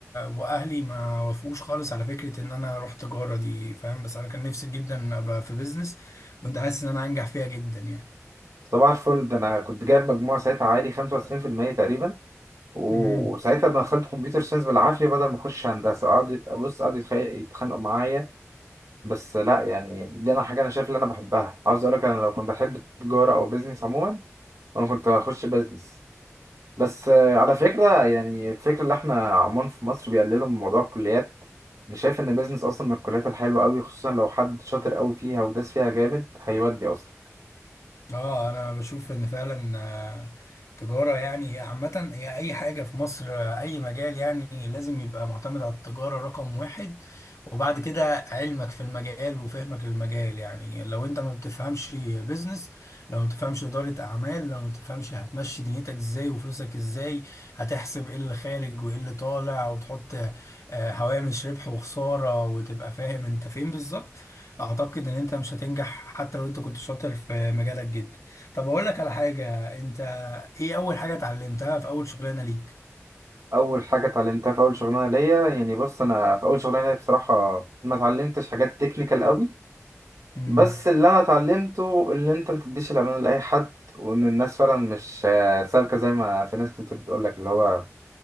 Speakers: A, on the left; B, on the right.
A: واهلي ما وافقوش خالص على فكره ان انا اروح تجاره دي فاهم بس انا كان نفسي جدا ابقى في بيزنس كنت حاسس ان انا هنجح فيها جدا يعني
B: صباح الفل ده أنا كنت جايب مجموع ساعتها عالي 95% تقريبا و-
A: امم
B: وساعتها انا دخلت كمبيوتر ساينس بالعافية بدل ما أخش هندسة قعد بص قعد يتخ- يتخانقوا معايا بس لا يعني دي أنا حاجة أنا شايف اللي أنا بحبها عاوز أقول لك أنا لو كنت بحب التجارة أو بيزنس عموما أنا كنت هخش بيزنس بس آه، على فكرة يعني الفكرة اللي احنا عموما في مصر بيقللوا من موضوع الكليات مش شايف ان بيزنس اصلا من الكليات الحلوة قوي خصوصا لو حد شاطر قوي فيها وداس فيها جامد هيودي اصلا
A: اه انا بشوف ان فعلا آه، تجارة يعني عامة هي اي حاجة في مصر آه، اي مجال يعني لازم يبقى معتمد على التجارة رقم واحد وبعد كده علمك في المجال وفهمك للمجال يعني لو انت ما بتفهمش بيزنس لو ما بتفهمش إدارة اعمال لو ما بتفهمش هتمشي دنيتك ازاي وفلوسك ازاي هتحسب ايه اللي خارج وايه اللي طالع وتحط آه، هوامش ربح وخسارة وتبقى فاهم انت فين بالظبط اعتقد ان انت مش هتنجح حتى لو انت كنت شاطر في مجالك جدا طب اقول لك على حاجة انت ايه اول حاجة اتعلمتها في اول شغلانة ليك
B: اول حاجة اتعلمتها في اول شغلانة ليا يعني بص انا في اول شغلانة ليا بصراحة ما اتعلمتش حاجات تكنيكال قوي
A: امم
B: بس اللي انا اتعلمته اللي انت ما تديش الامان لاي حد وان الناس فعلا مش آه، سالكة زي ما في ناس كتير بتقول لك اللي هو